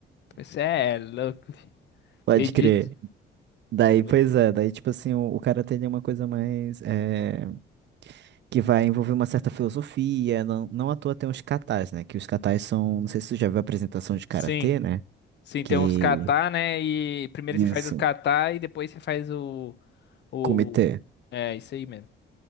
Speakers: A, on the left; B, on the right.
A: Isso é louco. fi.
B: Pode
A: Edith.
B: crer. Daí,
A: Muito-
B: pois é, daí, tipo assim, o, o cara tem uma coisa mais. é, que vai envolver uma certa filosofia. Não, não à toa tem os katas, né? Que os katas são. Não sei se você já viu a apresentação de karatê,
A: Sim,
B: né?
A: sim,
B: Que.
A: tem uns catar, né? E primeiro
B: Isso.
A: você faz os catar e depois você faz o, o...
B: Comitê.
A: É, isso aí mesmo.